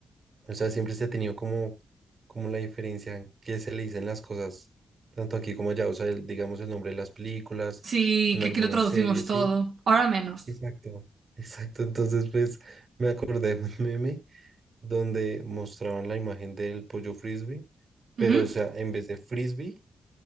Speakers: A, on the right; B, on the right.
A: o sea, siempre se ha tenido como, como la diferencia en qué se le dicen las cosas, tanto aquí como allá. O sea, el- digamos el nombre de las películas,
B: Sí,
A: en
B: que
A: algunas
B: aquí lo traducimos
A: series,
B: todo.
A: ¿sí?
B: Ahora menos.
A: Exacto, exacto. Entonces, pues me acordé de un meme donde mostraban la imagen del pollo frisbee, pero
B: Ujú.
A: o sea, en vez de frisbee,